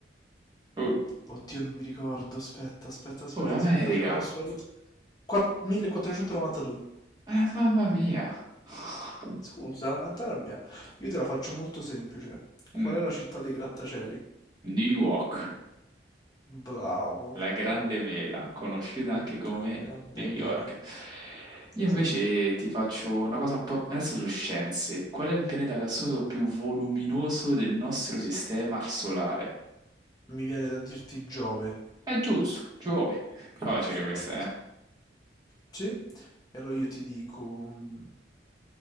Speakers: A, on the right; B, on the left.
A: Uh.
B: Oddio, non mi ricordo. Aspetta, aspetta, aspetta,
A: Oh, l'America.
B: aspetta, ce l'ho sulla punta. Qua- 1492.
A: Eh, mamma mia. <laughs>
B: Scusa, non t'arrabbiare. Io te la faccio molto semplice. Qual
A: Mm,
B: è la città dei grattacieli?
A: New York,
B: Bravo.
A: la grande mela, conosciuta anche come
B: La grande
A: New York.
B: mela.
A: Io
B: Esatto.
A: invece ti faccio una cosa un po' adesso su scienze. Qual è il pianeta gassoso più voluminoso del nostro sistema solare?
B: Mi viene da dirti Giove.
A: È giusto, Giove. Facile
B: Perfetto.
A: questa, eh?
B: Sì, e allora io ti dico mm,